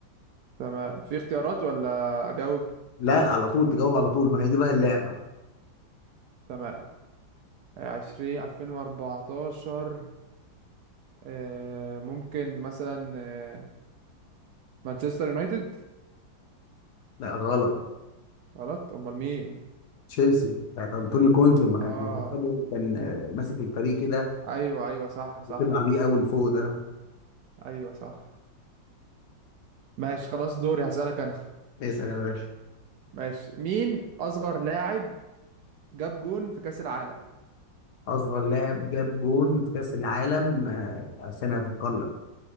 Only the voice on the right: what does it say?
تمام في اختيارات ولا اجاوب
تمام عشرين الفين واربعتاشر آه، ممكن مثلا آه، مانشستر يونايتد
غلط امال مين
اه
ايوه ايوه صح صح
ايوه صح ماشي خلاص دوري هسألك انا
ماشي مين اصغر لاعب جاب جون في كأس العالم